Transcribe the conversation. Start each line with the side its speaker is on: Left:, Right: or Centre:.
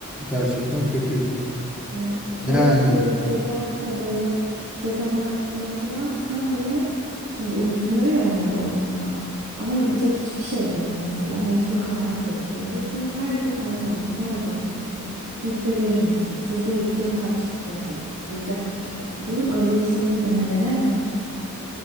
Centre: Gerçekten kötüymüş.
Right: Evet. Hele
Centre: Yani
Right: ki böyle cezaysa böyle ceza alma ihtimali varsa hele şimdi uyutmuyor ya onları o ihtimal. Ama yapacak hiçbir şey de yok mesela. Mecbur kararı bekliyoruz. Böyle her gün arıyorlar. Ne olacak sizce? Yüzde verir misiniz? Sizde yüzde kaç yatarım? Yüzde kaç çıkarım? Diyorum öyle bir şey yani veremem.